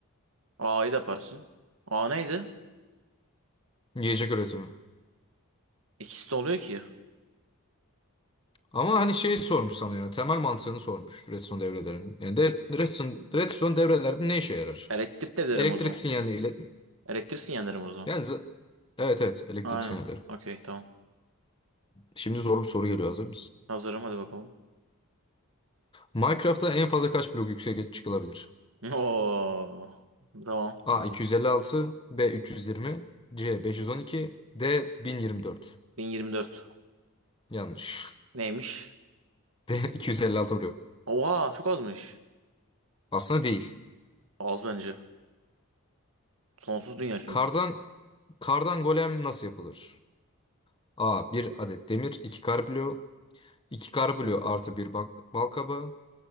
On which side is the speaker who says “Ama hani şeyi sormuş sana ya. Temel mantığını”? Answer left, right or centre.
Left